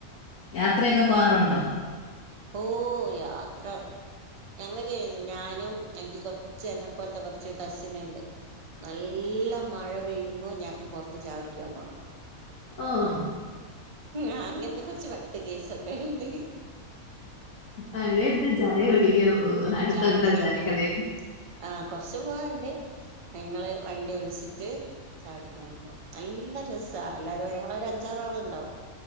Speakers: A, on the left; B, on the right.
A: യാത്രയൊക്കെ പോവാറുണ്ടോ
B: ഓഹ്‌ യാത്ര ഞങ്ങൾക്ക് ഞാനും എനിക്ക് കൊറച്ച് എന്നെപ്പോലത്തെ കൊറച്ച് കസിൻ ഉണ്ട് നല്ല മഴ പെയ്യുമ്പോ ഞങ്ങക്ക് പുറത്ത് ചായ കുടിക്കാൻ പോണം
A: ആഹ്‌
B: അങ്ങനത്തെ കുറച്ച് വട്ട് കേസൊക്കെ ഉണ്ട്.
A: മഴയത്ത് ചായ
B: ആഹ്
A: കുടിക്കാൻ പോവ അടുത്തുണ്ടോ
B: ചായുടിക്കാൻ
A: ചായക്കടെക്കേ.
B: പോവും ആഹ് കൊറച്ച് പോവണ്ട്, അയിങ്ങള് വണ്ടി വിളിച്ചിട്ട് ചായ കുടിക്കാൻ പോവാ. നല്ല രസാ എല്ലാരും ഞങ്ങളൊരു അഞ്ചാറാൾണ്ടാവും.